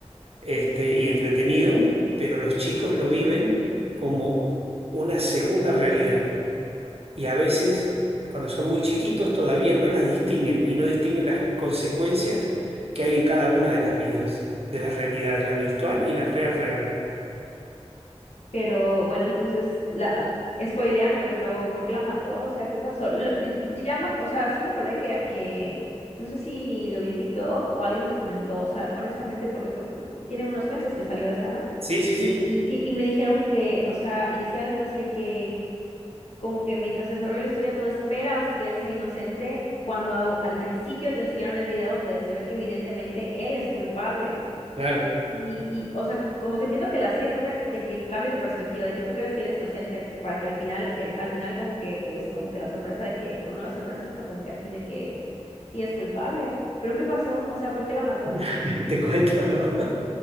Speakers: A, on the right; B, on the left.
A: este, y entretenido, pero los chicos lo viven como una segunda realidad y a veces, cuando son muy chiquitos, todavía no las distinguen y no distinguen las consecuencias que hay en cada una de las vidas, de las realidades, la virtual y la real real.
B: Pero bueno, entonces, la, spoiléamelo, pero ¿por qué la mató? O sea, ¿qué pasó? Lo- ya me ac- o sea, sí me acordé que, que, no sé si lo vi en TikTok o alguien me comentó, o sea, honestamente, porque fue- tiene unos meses que salió esta, ¿no?
A: Sí, sí,
B: Y,
A: sí,
B: y sí, y me dijeron que, o sea, y decía algo así de que, como que mientras desarrolla la historia, tú esperas que él sea inocente, cuando au- al principio te enseñaron el video donde se ve que evidentemente él es culpable.
A: claro.
B: Y, y, o sea, como que entiendo que la serie trata de que cambie tu perspectiva, de que tú creas que él es inocente, para que al final, el- al final como que es como que la sorpresa de que, o no la sorpresa, sino como que así de que sí es culpable. Pero ¿qué pasó? O sea, ¿por qué la mató?
A: <laughs> Te cuento, ¿no?